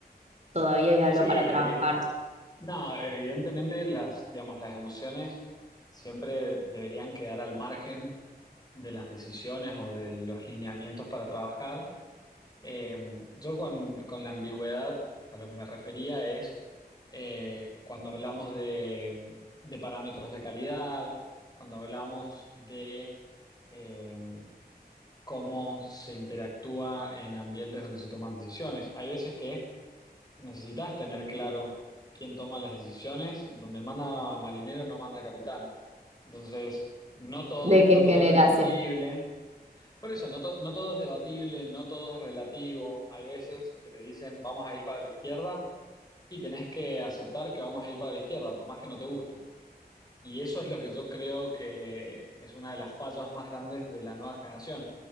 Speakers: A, on the right (about 40°); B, on the left (about 25°).
A: todavía hay algo
B: Sí,
A: para
B: evi-
A: trabajar.
B: No, evidentemente las, digamos, las emociones siempre deberían quedar al margen de las decisiones o de los lineamientos para trabajar. Eh, yo con, con la ambigüedad a lo que me refería es eh, cuando hablamos de, de parámetros de calidad, cuando hablamos de eh, cómo se interactúa en ambientes donde se toman decisiones. Hay veces que Necesitas tener claro quién toma las decisiones, donde manda marinero no manda capitán. Entonces, no todo,
A: ¿De qué
B: no todo
A: generación?
B: es debatible. Por eso, no, to- no todo es debatible, no todo es relativo. Hay veces que te dicen, vamos a ir para la izquierda y tenés que aceptar que vamos a ir para la izquierda, por más que no te guste. Y eso es lo que yo creo que es una de las fallas más grandes de la nueva generación.